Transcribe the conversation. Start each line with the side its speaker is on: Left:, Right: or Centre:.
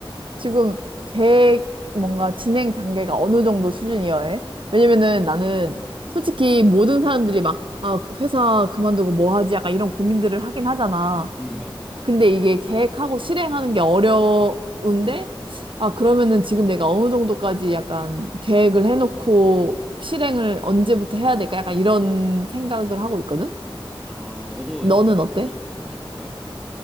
Right: 지금 계획 뭔가 진행 단계가 어느 정도 수준이어야 해? 왜냐면은 나는 솔직히 모든 사람들이 막, 아, 그 회사 그만두고 뭐 하지? 약간 이런 고민들을 하긴 하잖아.
Centre: 음, 맞아, 맞아.
Right: 근데 이게 계획하고 실행하는 게 어려운데, 아, 그러면은 지금 내가 어느 정도까지 약간 계획을 해놓고 실행을 언제부터 해야 될까? 약간 이런 생각을 하고 있거든?
Centre: 아, 너도
Right: 너는
Centre: 창업을
Right: 어때?
Centre: 생각 중인 거야?